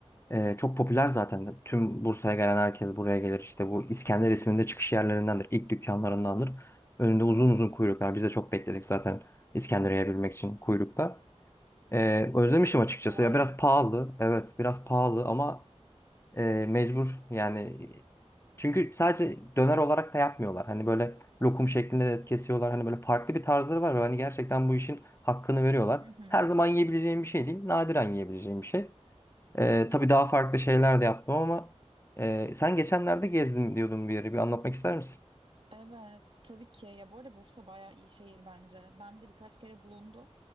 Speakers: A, on the left; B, on the right.
A: Ee, çok popüler zaten. de. Tüm Bursa'ya gelen herkes buraya gelir. İşte bu İskender isminde çıkış yerlerindendir. İlk dükkanlarındandır. Önünde uzun uzun kuyruklar. Biz de çok bekledik zaten İskender yiyebilmek için kuyrukta. Ee, özlemişim açıkçası.
B: Vay
A: Ya biraz
B: be.
A: pahalı, evet, biraz pahalı ama e, mecbur yani. Çünkü sadece döner olarak da yapmıyorlar. Hani böyle lokum şeklinde de kesiyorlar. Hani böyle farklı bir tarzları var ve hani gerçekten bu işin hakkını veriyorlar.
B: Hı hı.
A: Her zaman yiyebileceğim bir şey değil, nadiren yiyebileceğim bir şey. Ee, tabii daha farklı şeyler de yaptım ama e, sen geçenlerde gezdim diyordun bir yere. Bir anlatmak ister misin?
B: Evet, tabii ki. Ya bu arada Bursa bayağı iyi şehir bence. Ben de birkaç kere bulundum.